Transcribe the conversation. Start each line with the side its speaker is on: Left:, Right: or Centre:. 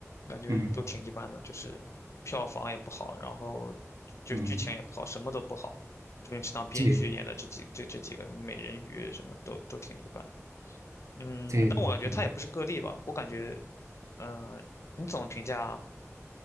Left: 感觉都挺一般的，
Right: 嗯
Left: 就是票房也不好，然后就是剧情也不好，
Right: 嗯，
Left: 什么都不好。周星驰当编剧演的这几这这几个什么美人鱼什么都都挺一般，
Right: 对
Left: 嗯，
Right: 对对对。
Left: 但我感觉他也不是个例吧，我感觉，嗯、你怎么评价